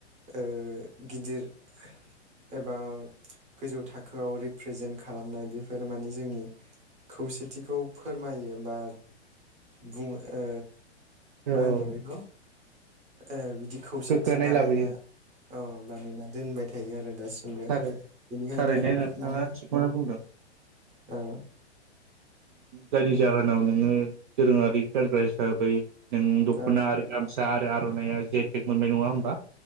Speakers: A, on the right (about 20°); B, on the right (about 45°).
A: ओ गिदिर एबा गोजौ थाखोआव रिप्रेजेन्ट खालामनाय बेफोरो माने जोंनि खौसेथिखौ फोरमायो बा बुं ओ मा
B: औ
A: होनो बेखौ? ओ बिदि खौसेथि
B: गोग्गानाय
A: बानायना
B: लाबोयो
A: औ बानायना दोनबाय। थायो। आरो दासिमबो
B: थार
A: बेनिखायनो
B: थारैनो नोंथाङा
A: माने
B: थिगखौनो बुंदों।
A: औ
B: जायनि जाहोनाव नोङो दोरोङारि गानग्रा हिसाबै नों दखना
A: औ
B: आरो गामसा आरो आर'नाइया जि आइ थेक मोनबाय नङा होमबा?